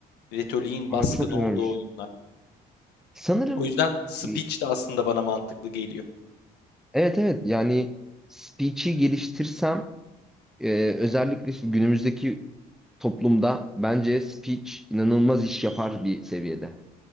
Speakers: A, on the left (about 80°); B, in the centre.
A: Retoriğin
B: Aa,
A: baskın
B: çok
A: olduğu
B: güzelmiş.
A: oyunlar.
B: Sanırım
A: O yüzden speech
B: e,
A: de aslında bana mantıklı geliyor.
B: evet evet yani speech'i geliştirsem e, özellikle şu günümüzdeki toplumda bence speech inanılmaz iş yapar bir seviyede.